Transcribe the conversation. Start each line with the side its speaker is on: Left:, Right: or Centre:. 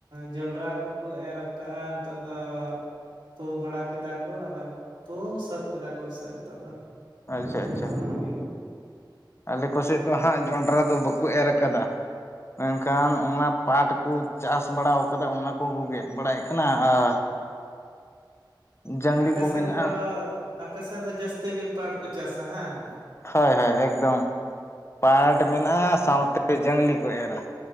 Right: ᱡᱚᱸᱰᱨᱟ ᱠᱚᱠᱚ ᱮᱨ ᱠᱟᱜ-ᱟ ᱱᱤᱛᱚᱜ ᱫᱚ ᱯᱩ ᱵᱟᱲᱟ ᱠᱮᱫᱟ ᱠᱚ ᱟᱵᱟᱨ ᱯᱩ ᱥᱟᱹᱛ ᱠᱮᱫᱟ ᱠᱚ ᱥᱮ ᱱᱤᱛᱚᱜ ᱫᱚ᱾
Left: ᱟᱪᱪᱷᱟ ᱟᱪᱪᱷᱟ᱾
Right: ᱡᱚᱛᱚ ᱦᱚᱲ ᱜᱮ
Left: ᱟᱞᱮ ᱠᱚ ᱥᱮᱫ ᱫᱚ ᱦᱟᱸᱜ ᱡᱚᱸᱰᱨᱟ ᱫᱚ ᱵᱟᱠᱚ ᱮᱨ ᱟᱠᱟᱫᱟ᱾ ᱢᱮᱱᱠᱷᱟᱱ ᱚᱱᱟ ᱯᱟᱴ ᱠᱚ ᱪᱟᱥ ᱵᱟᱲᱟᱣ ᱠᱟᱫᱟ ᱚᱱᱟ ᱠᱚᱠᱚ ᱜᱮᱫ ᱵᱟᱲᱟᱭᱮᱫ ᱠᱟᱱᱟ ᱟᱨ ᱡᱟᱝᱞᱤ
Right: ᱟᱯᱮ
Left: ᱠᱚ
Right: ᱥᱮᱱ
Left: ᱢᱮᱱᱟᱜᱼᱟ
Right: ᱫᱚ ᱟᱯᱮ ᱥᱮᱱ ᱫᱚ ᱡᱟᱹᱥᱛᱤ ᱜᱮ ᱯᱟᱴ ᱠᱚ ᱪᱟᱥᱟ ᱦᱟᱝ?
Left: ᱦᱳᱭ ᱦᱳᱭ ᱮᱠᱫᱚᱢ ᱯᱟᱴ ᱢᱮᱱᱟᱜ-ᱟ
Right: ᱟᱪᱪᱷᱟ
Left: ᱥᱟᱶᱛᱮ ᱡᱟᱝᱞᱤ ᱠᱚ ᱮᱨᱟ᱾